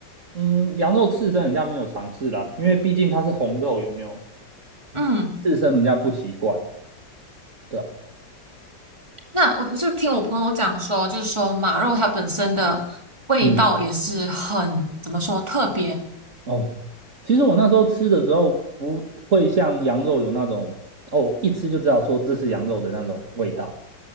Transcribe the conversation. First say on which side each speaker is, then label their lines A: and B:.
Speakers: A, on the right (about 45°); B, on the right (about 15°).
A: 嗯，羊肉刺身人家没有尝试啦，因为毕竟它是红肉，有没有？
B: 嗯，
A: 刺身人家不习惯，对啊，
B: 那我我就听我朋友讲说，就是说马肉它本身的味道也是很，
A: 嗯，
B: 怎么说，特别。
A: 哦，其实我那时候吃的时候不会像羊肉有那种，哦，一吃就知道说这是羊肉的那种味道。